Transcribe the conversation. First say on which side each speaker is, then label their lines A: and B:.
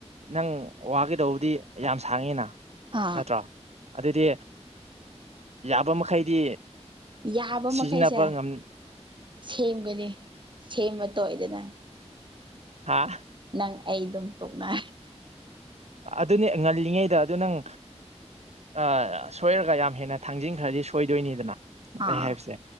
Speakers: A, on the right; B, on the right.
A: ꯅꯪ ꯋꯥꯒꯤꯗꯧꯗꯤ ꯌꯥꯝ ꯁꯥꯡꯉꯤꯅ
B: ꯍꯥ
A: ꯅꯠꯇ꯭ꯔꯣ ꯑꯗꯨꯗꯤ ꯌꯥꯕ ꯃꯈꯩꯗꯤ
B: ꯌꯥꯕ
A: ꯁꯤꯖꯤꯟꯅꯕ
B: ꯃꯈꯩꯁꯦ
A: ꯉꯝ
B: ꯁꯦꯝꯒꯅꯤ ꯁꯦꯝꯕ ꯇꯧꯗꯅ
A: ꯍꯥꯥ
B: ꯅꯪ ꯑꯩ ꯑꯗꯨꯝ ꯇꯣꯛꯅ
A: ꯑꯗꯨꯅꯦ ꯉꯜꯂꯤꯉꯩꯗ ꯑꯗꯨ ꯅꯪ ꯑꯥ ꯁꯣꯏꯔꯒ ꯌꯥꯝ ꯍꯦꯟꯅ ꯊꯥꯡꯖꯤꯟꯈ꯭ꯔꯗꯤ ꯁꯣꯏꯗꯣꯏꯅꯤꯗꯅ
B: ꯑꯥ
A: ꯑꯩ ꯍꯥꯏꯕꯁꯦ